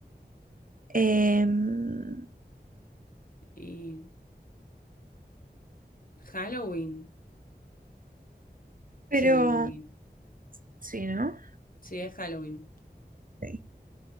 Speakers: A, on the right; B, on the left.
A: Em,
B: Y. Halloween.
A: pero,
B: Sí,
A: sí, ¿no?
B: sí, es Halloween.
A: Sí.